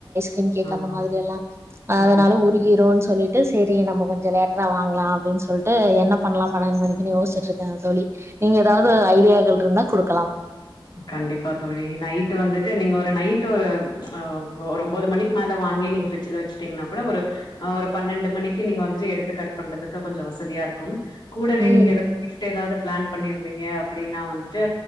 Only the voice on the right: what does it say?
கின் கேக்
அந்த மாதிரக எல்லா அதனால
உருகிருன்சொ சொல்லிட்டு சரி கொஞ்சோ லேட்டரா வாங்கலா அப்படின்னு சொல்ட்டு என்ன பண்ணலா பன்னெட் மணிக்குனு யோச்சிட்டுரு <unintelligible> அந்த தோழி நீங்க ஏதாவது ஐடியாக்கள் இருந்தா குடுக்கலா
ம்.